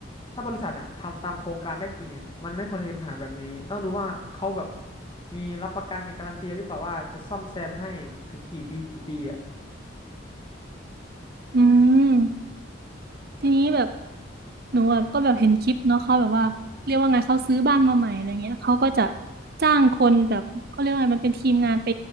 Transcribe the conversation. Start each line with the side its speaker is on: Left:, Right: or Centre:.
Left: ถ้าบริษัทเนี่ยทำตามโครงการได้จริงเนี่ยมันไม่ควรจะมีปัญหาแบบนี้ต้องดูว่าเขาแบบมีรับประกันมีการันตีหรือเปล่าว่าจะซ่อมแซมให้ถึงกี่ปีกี่ปีอะ
Right: อืม ทีนี้แบบหนูแบบก็แบบเห็นคลิปเนาะเขาแบบว่าเรียกว่าไงเขาซื้อบ้านมาใหม่อะไรเงี้ยเขาก็จะจ้างคนแบบเขาเรียกว่าไงมันเป็นทีมงานไป